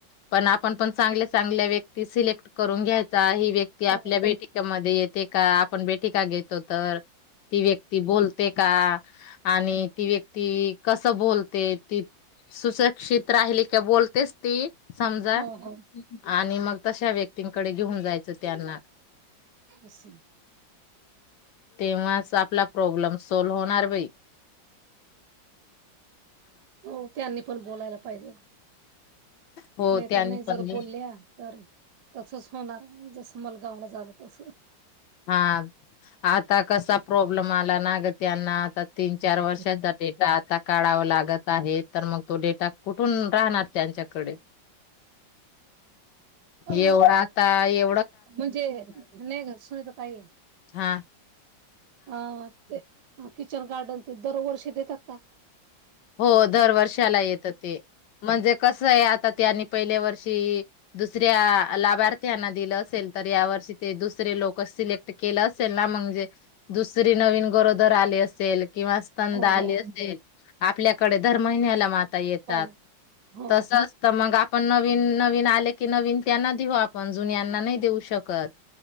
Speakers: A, on the left (about 70°); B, on the right (about 70°).
A: पण आपण पण, चांगले चांगले व्यक्ती सिलेक्ट करून घ्यायचा आहे. व्यक्ती आपल्या
B: हो
A: भेटिकमध्ये येत- का आपण बेट का घेतो तर ती व्यक्ती बोलते का? आणि ती व्यक्ती कसं बोलते, ती सुशिकषित राहिली का बोलतेच ती. समजा..
B: हो हो
A: आणि मग- तश्या व्यक्तींकडे घेऊन जायचं त्यांना
B: असून
A: तेव्हाच आपला प्रॉब्लेम सॉल्व होणार भाई..
B: हो त्यांनी पण बोलायला पाहिजे.
A: हो
B: नाही
A: त्यांनी
B: तर नाही
A: पण
B: जर बोलल्या तर तसच होणार. मलगावला जाणत असत
A: हा आता कसा प्रॉब्लेम आला. ना त्यांना आता तीन चार
B: अ
A: वर्षातचा डेटा आता काढावा लागत. त आहे तर मग तो डेटा कुठून राहणार त्यांच्याकडे.
B: अ
A: एवढ आता ए..
B: म्हणजे नाही.. काय सुलत काय..
A: हा
B: हा म ते किचन गार्डन ते दरवर्षी देतात का..
A: हो दरवर्षाला येत ते म्हणजे कस आहे आता त्यां पहिल्या वर्ष दुसऱ्या लाभार्थीना दिल असेल तर या वर्षी ते दुसरे लोक सिलेक्ट केल असेल ना म्हजे दुसरी नवीन गरोदर आले असेल.. किंवा स्तंदा
B: हो
A: आली
B: हो
A: असेल. आपल्याकडे दर महिन्याला म येतात
B: हो हो
A: तसच मग पण नवीन नवीन आले की नवीन त्यांना देऊ आपण जुन्यांना नाही देऊ शकत.